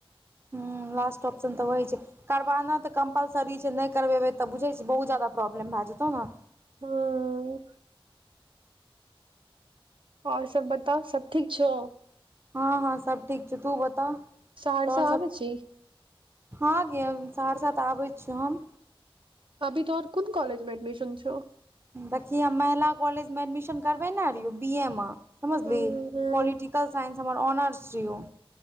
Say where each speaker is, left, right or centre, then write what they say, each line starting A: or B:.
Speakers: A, on the right; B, on the right.
A: हँ लास्ट ऑप्शन तऽ होय छै। करवाना तऽ कम्पलसरी छै नै करवेबै तऽ बुझै छी बहुत जादा प्रॉब्लम भए जेतौ नऽ।
B: हूँ। और सब बताउ सब ठीक छौ?
A: हँ हँ सब ठीक छौ तू बता
B: सहरसा
A: तोहर सब-
B: आबै छी
A: हँ गे सहरसा तऽ आबै छियौ हम।
B: अभी तोहर कोन कॉलज मे एडमिशन छौ।
A: देखिये महिला कॉलेज मे एडमिशन करबेने रहियो बी ए मे समझली
B: हूं हूं
A: पोलिटिक। कलसान्स हमर ऑनर्स छियौ।